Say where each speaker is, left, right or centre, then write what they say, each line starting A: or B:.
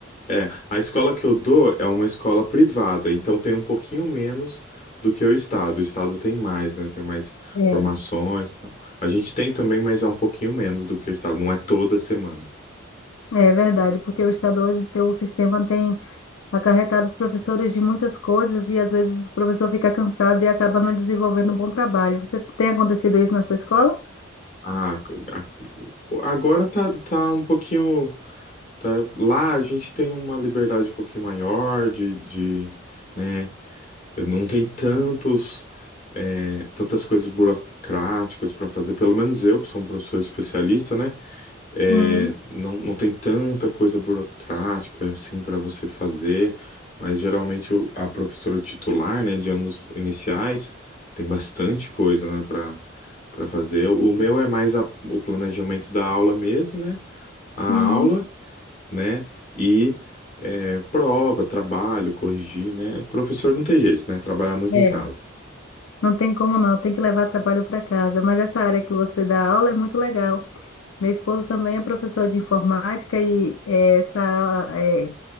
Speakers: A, on the left; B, on the left.
A: é. A escola que eu dou é uma escola privada, então tem um pouquinho menos do que o estado. O estado tem mais, né? Tem mais
B: É,
A: formações. e tal. A gente tem também, mas é um pouquinho menos do que o estado. Não é toda semana.
B: é verdade, porque o Estado hoje, tem- o sistema tem acarretado os professores de muitas coisas e às vezes o professor fica cansado e acaba não desenvolvendo um bom trabalho. Você tem acontecido isso na sua escola?
A: Ah, a- agora tá, tá um pouquinho. Tá, lá a gente tem uma liberdade um pouquinho maior de, de, né? Não tem tantos, é, tantas coisas burocráticas para fazer. Pelo menos eu, que sou um professor especialista, né? É,
B: Sim,
A: não, não tem tanta coisa burocrática assim para você fazer. Mas geralmente o- a professora titular, né, de anos iniciais, tem bastante coisa, né, para para fazer. O meu é mais a- o planejamento da aula mesmo, né? A aula
B: sim.
A: né? E é, prova, trabalho, corrigir, né? Professor não tem jeito, né? Trabalhar muito
B: É.
A: em casa. <laughs>
B: Não tem como não, tem que levar trabalho para casa. Mas essa área que você dá aula é muito legal. Meu esposo também é professor de informática e eh, essa, eh,